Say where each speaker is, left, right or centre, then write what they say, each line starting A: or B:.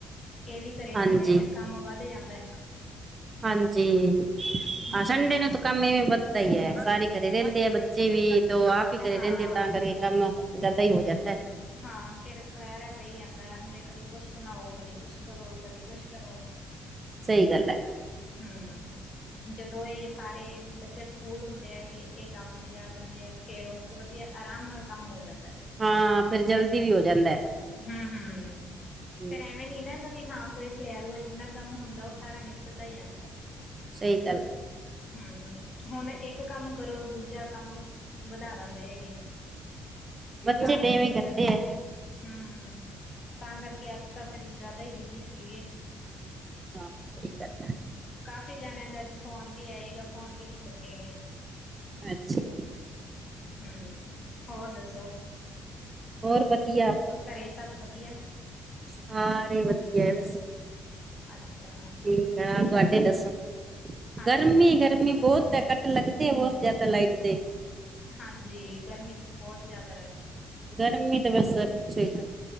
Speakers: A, on the left; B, on the right.
A: ਏ ਵੀ ਘਰੇ
B: ਹਾਂਜੀ
A: ਹੁੰਦੇ ਆ ਫੇਰ ਕੰਮ ਵੱਧ ਜਾਂਦੈ
B: ਹਾਂਜੀ।
A: ਹਮ।
B: ਹਾਂ ਸੰਡੇ ਨੂੰ ਤਾਂ ਕੰਮ ਇਵੇਂ ਵੱਧਦਾ ਈ ਐ ਸਾਰੇ ਘਰੇ ਰੈਂਦੇ ਆ ਬੱਚੇ ਵੀ ਓ ਆਪ ਈ ਘਰੇ
A: ਹਾਂ।
B: ਰੈਂਦੇ ਆ ਤਾ ਕਰਕੇ ਕੰਮ ਜਾਦਾ ਈ ਹੋ ਜਾਂਦੈ।
A: ਹਾਂ ਫੇਰ ਖਿਲਾਰਾ ਪਈ ਜਾਂਦਾ ਹੁੰਦੇ ਕਦੇ ਕੁਛ ਬਣਾਓ, ਕਦੇ ਕੁਛ ਕਰੋ, ਕਦੇ ਕੁਛ ਕਰੋ।
B: ਸਈ ਗੱਲ ਐ।
A: ਹੂੰ। ਜਦੋਂ ਏ ਸਾਰੇ ਬੱਚੇ ਸਕੂਲ ਹੁੰਦੇ ਹੈਗੇ ਏ ਕੰਮ ਤੇ ਜਾ ਬੜ ਅੰਦੇ ਐ ਫੇਰ ਓ ਤੋਂ ਵਧੀਆ ਆਰਾਮ ਨਾਲ ਕੰਮ ਹੋ ਜਾਂਦੈ
B: ਹਾਂ ਫਿਰ
A: ਜਿਸ
B: ਜਲਦੀ
A: ਦਿਨ
B: ਵੀ ਹੋ ਜਾਂਦਾ
A: ਹੂੰ-ਹੂੰ
B: ਹੈ।
A: ਫਿਰ ਐਵੇਂ ਨੀ ਨਾ ਹੈਗਾ ਵੀ ਹਾਂ ਕੋਈ ਖਿਲਾਰੂ ਜਿੰਨਾ ਕੰਮ ਹੁੰਦਾ ਓ ਸਾਰਾ ਨਿਪਟਦਾ ਈ ਜਾਂਦੈ।
B: ਸਈ ਗੱਲ
A: ਹੂੰ ਹੁਣ ਇੱਕ ਕੰਮ ਕਰੋ ਦੂਜਾ ਕੰਮ ਵਧਾ ਦਿੰਦੇ ਹੈਗੇ।
B: ਬੱਚੇ
A: ਤਾਂ ਕਰਕੇ
B: ਤੇ ਐਵੇਂ ਕਰਦੇ
A: ਗਾ।
B: ਹੈ
A: ਹੂੰ ਤਾਂ ਕਰਕੇ ਅੱਜ ਤਾਂ ਫਿਰ ਜਾਦਾ ਹੀ ਬਿਜੀ ਸੀਗੇ।
B: ਹਾਂ ਸਈ ਗੱਲ ਐ।
A: ਕਾਫੀ ਜਾਆਂ ਦੇ ਅੱਜ ਫੋਨ ਵੀ ਆਏਗਾ ਫੋਨ ਵੀ ਨੀ ਚੁੱਕੇ ਗਏ।
B: ਅੱਛਾ
A: ਹੰ, ਹੋਰ ਦੱਸੋਂ
B: ਹੋਰ ਵਦੀਆ,
A: ਘਰੇ ਸਭ ਵਧੀਆ?
B: ਸਾਰੇ ਵਦੀਆ ਅਸੀ
A: ਅੱਛਾ
B: ਠੀਕ
A: ਚਲੋ ਵਧੀਆ
B: ਐ, ਤੁਹਾਡੇ
A: ਗਰਮੀ
B: ਦੱਸੋ
A: ਹਾਂਜੀ-ਹਾਂਜੀ।
B: ਗਰਮੀ ਗਰਮੀ
A: ਹਾਂਜੀ
B: ਬਹੁਤ ਐ ਲੱਗਦੇ ਆ ਬਹੁਤ ਜ਼ਿਆਦਾ ਲਾਈਟ ਦੇ
A: ਹਾਂਜੀ, ਗਰਮੀ ਬਹੁਤ ਜ਼ਿਆਦਾ ਹੈਗੀ
B: ਗਰਮੀ ਤਾਂ ਬਸ ਪੂਛੋ ਈ ਨਾ